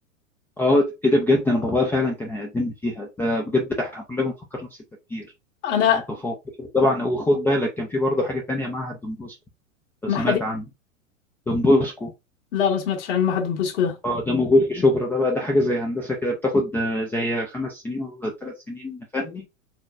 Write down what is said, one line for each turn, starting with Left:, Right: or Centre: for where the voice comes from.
Centre: اه ايه ده بجد انا بابايا فعلا كان هيقدم لي فيها ده بجد احنا كلنا بنفكر نفس التفكير
Left: انا
Centre: المتفوق طبعا وخد بالك كان في برضه حاجة تانية معهد دون بوسكو لو
Left: ما
Centre: سمعت عنه دون بوسكو
Left: لا ما سمعتش عن معهد بوسكو ده
Centre: اه ده موجود في شبرا ده بقى ده حاجة زي هندسة كده بتاخد آه، زي خمس سنين ولا ثلاث سنين فني